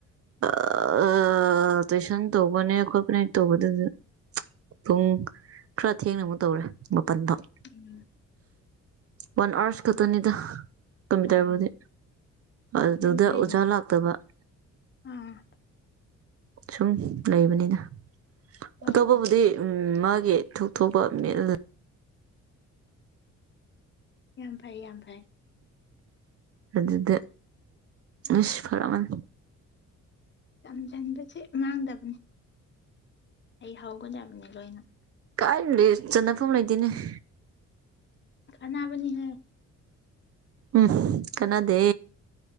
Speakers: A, on the right; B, on the left.
A: ꯑꯥ ꯇꯨꯏꯁꯟ ꯇꯧꯕꯅꯦ ꯈꯣꯠꯄꯅꯦ ꯇꯧꯕꯗꯨꯗ ꯫ ꯄꯨꯡ ꯈꯔ ꯊꯦꯡꯅ ꯑꯃꯨꯛ ꯇꯧꯔꯦ ꯃꯥꯄꯟꯐꯥꯎ ꯫
B: ꯎꯝ
A: ꯋꯥꯟ ꯑꯋꯥꯔꯁ ꯈꯛꯇꯅꯤꯗ ꯫ ꯀꯝꯄ꯭ꯌꯨꯇꯔꯕꯨꯗꯤ
B: ꯑꯣ
A: ꯑꯗꯨꯗ
B: ꯌꯥꯝ ꯐꯩ
A: ꯑꯣꯖꯥ ꯂꯥꯛꯇꯕ ꯫
B: ꯑꯥ
A: ꯁꯨꯝ ꯂꯩꯕꯅꯤꯅ
B: ꯑꯣ
A: ꯑꯇꯣꯞꯄꯕꯨꯗꯤ ꯎꯝ ꯃꯥꯒꯤ ꯊꯣꯛꯊꯣꯛꯄ ꯃꯦꯠ
B: ꯌꯥꯝ ꯐꯩ ꯌꯥꯝ ꯐꯩ ꯫
A: ꯑꯗꯨꯗ ꯑꯁ ꯐꯔꯝꯃ
B: ꯇꯝꯁꯤꯟꯕꯁꯦ ꯃꯥꯡꯗꯕꯅꯤ ꯫ ꯍꯩ ꯍꯧꯒꯗꯕꯅꯦ ꯂꯣꯏꯅ ꯫
A: ꯀꯥꯏ ꯂꯩ ꯆꯟꯅꯐꯝ ꯂꯩꯇ‌‌ꯦꯅꯦ ꯫
B: ꯀꯥꯟꯅꯥꯕꯅꯤ ꯍ‌ꯦ ꯫
A: ꯎꯝ ꯀꯅꯥꯗꯦ